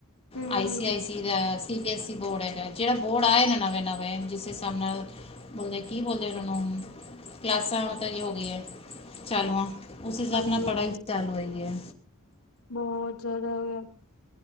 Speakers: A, on the left (about 85°); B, on the left (about 25°).
A: ਹੂੰ,
B: ਆਈ ਸੀ -ਆਈ ਸੀ ਦਾ C B S E board ਹੈਗਾ, ਜਿਹੜਾ ਬੋਰਡ ਆਏ ਨੇ ਨਵੇਂ -ਨਵੇਂ ਜਿਸ ਹਿਸਾਬ ਨਾਲ, ਬੋਲਦੇ ਕੀ ਬੋਲਦੇ ਔਨੂ ਕਲਾਸਾਂ ਹੁਣ ਤਾਂ ਜੀ ਹੋ ਗਈਆਂ, ਚਾਲੂ ਹਾਂ ਉਸ ਹਿਸਾਬ
A: ਹਾਂਜੀ
B: ਨਾਲ ਪੜ੍ਹਾਈ ਤਾ ਚਾਲੂ ਹੈਗੀ ਹੈ,
A: ਬਹੁਤ ਜ਼ਿਆਦਾ